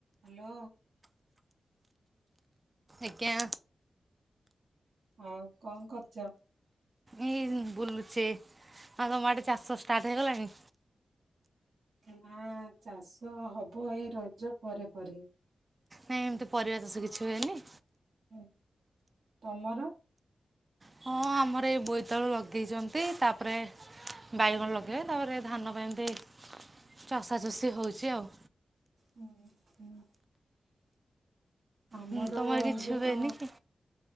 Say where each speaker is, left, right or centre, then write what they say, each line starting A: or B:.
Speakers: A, on the right (about 85°); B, on the right (about 30°).
A: Hello.
B: ଆଜ୍ଞା।
A: ଆଉ କଣ କରୁଛ?
B: ଏଇ ବୁଲୁଛେ ଆଉ ତମ ଆଡ଼େ ଚାଶ ଷ୍ଟାର୍ଟ ହେଇଗଲାଣି।
A: ନା ଚାଷ ହବ ଏଇ ରଜ ପରେ ପରେ।
B: ନାଇଁ ଏମିତି ପରିବା ଚାଷ କିଛି ହୁଏନି।
A: ହୁଁ ତମର
B: ହଁ ଆମର ଏଇ ବୋଇତାଳୁ ଲଗେଇଛନ୍ତି ତାପରେ ବାଇଗଣ ଲଗେଇବେ ତାପରେ ଧାନ ପାଇଁ ଏମତି ଚଷାଚଷି ହଉଛି ଆଉ।
A: ହୁଁ ହୁଁ। ଆମର
B: ହୁଁ ତମର କିଛି
A: ଏବେ
B: ହୁଏନି
A: ତ
B: କି?